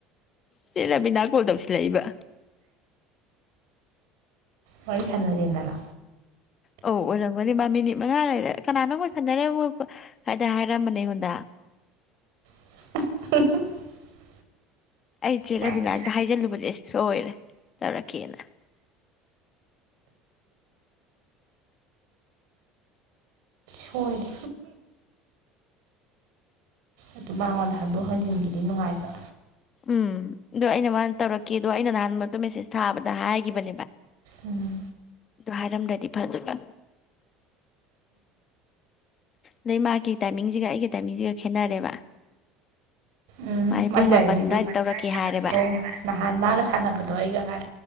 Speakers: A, on the left; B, on the right.
A: ꯁꯤꯂꯕꯤꯅꯥ ꯀꯣꯗꯧꯁꯤ ꯂꯩ ꯏꯕ
B: ꯋꯥꯔꯤ ꯊꯅꯗꯤꯅꯔꯣ
A: ꯑꯧ ꯑꯣꯏꯔꯝꯒꯅꯤ ꯃꯥ ꯃꯤꯅꯤꯠ ꯃꯉꯥ ꯂꯩꯔꯦ ꯀꯅꯥꯅ ꯑꯣꯏꯣꯏ ꯁꯟꯅꯔꯦ ꯃꯣꯏ ꯍꯥꯏꯗ ꯍꯥꯏꯔꯝꯕꯅꯦ ꯑꯩꯉꯣꯟꯗꯥ
B: <unintelligible>
A: ꯑꯩ ꯆꯦꯜꯠꯂꯕꯤꯅ
B: ꯃꯥꯅꯦ
A: ꯑꯝꯇ ꯍꯥꯏꯖꯜꯂꯨꯕꯁꯦ ꯁꯣꯏꯔꯦ ꯇꯔ ꯀꯈꯤꯅ
B: ꯁꯣꯏꯗ ꯑꯗꯨ ꯃꯉꯣꯟꯗ ꯍꯟꯗꯣꯛ ꯍꯟꯖꯤꯟꯒꯤꯗꯤ ꯅꯨꯡꯉꯥꯏꯕ꯭ꯔꯥ
A: ꯎꯝ ꯑꯗꯣ ꯑꯩꯅ ꯃꯥꯅ ꯇꯧꯔꯛꯀꯦ ꯑꯗꯣ ꯑꯩꯅ ꯅꯍꯥꯟ ꯃ ꯃꯦꯁꯦꯁ ꯊꯥꯕꯗ ꯍꯥꯏꯈꯤꯕꯅꯦꯕ
B: ꯎꯝ
A: ꯑꯗꯨ ꯍꯥꯏꯔꯝꯗ꯭ꯔꯗꯤ ꯐꯗꯣꯏꯕ ꯑꯗꯩ ꯃꯥꯒꯤ ꯇꯥꯏꯃꯤꯡꯁꯤꯒ ꯑꯩꯒꯤ ꯇꯥꯏꯃꯤꯡꯁꯤꯒ ꯈꯦꯠꯅꯔꯦꯕ
B: ꯎꯝ
A: ꯃꯥꯒꯤ
B: ꯃꯥꯏ
A: ꯄꯨꯡ
B: ꯇꯥꯏꯃꯤꯡꯁꯦ
A: ꯃꯥꯄꯜ ꯑꯗꯨꯋꯥꯏꯗ ꯇꯧꯔꯛꯀꯦ ꯍꯥꯏꯔꯦꯕ
B: ꯑꯣ ꯅꯍꯥꯟ ꯃꯥꯒ ꯁꯥꯟꯅꯕꯗꯣ ꯑꯩꯒ ꯑꯥꯏ